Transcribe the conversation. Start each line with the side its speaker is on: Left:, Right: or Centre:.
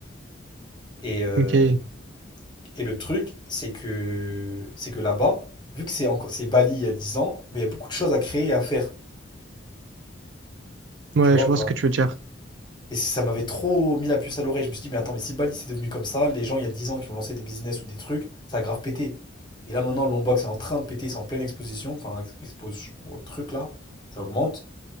Left: Et, euh,
Right: Ok.
Left: et le truc, c'est que, c'est que là-bas, vu que c'est encore, c'est Bali il y a 10 ans, mais il y a beaucoup de choses à créer et à faire.
Right: Ouais,
Left: Tu vois,
Right: je
Left: ou
Right: vois
Left: pas
Right: ce que tu veux dire.
Left: Et ça m'avait trop mis la puce à l'oreille. Je me suis dit, mais attends, mais si Bali c'est devenu comme ça, les gens il y a 10 ans qui ont lancé des business ou des trucs, ça a grave pété. Et là maintenant, l'Homebox est en train de péter, c'est en pleine exposition, enfin, ex- expose au truc là, ça augmente.